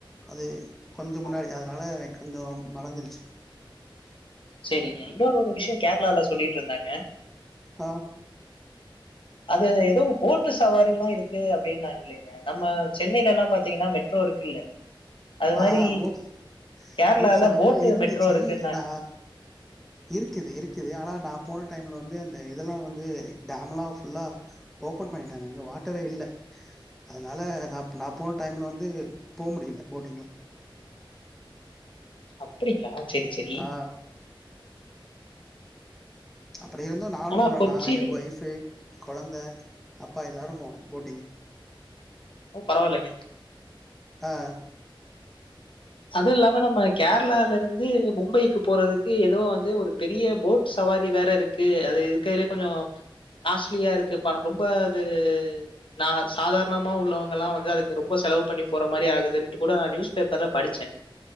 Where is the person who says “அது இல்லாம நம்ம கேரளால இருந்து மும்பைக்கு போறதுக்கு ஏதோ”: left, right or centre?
Left